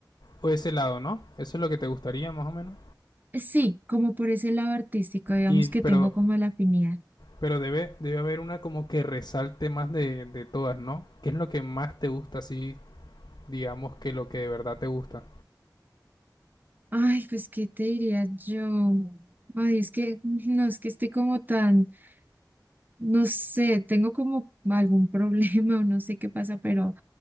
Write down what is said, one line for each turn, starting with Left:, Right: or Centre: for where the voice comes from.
Left: o ese lado, ¿no? Eso es lo que te gustaría más o menos.
Right: Eh, Sí, como por ese lado artístico, digamos
Left: Y
Right: que
Left: pero
Right: tengo como la afinidad.
Left: pero debe debe haber una como que resalte más de, de todas, ¿no? ¿Qué es lo que más te gusta así, digamos que lo que de verdad te gusta?
Right: Ay, pues, ¿qué te diría yo? Ay, es que, <laughs> no, es que estoy como tan, no sé, tengo como algún <laughs> problema o no sé qué pasa, pero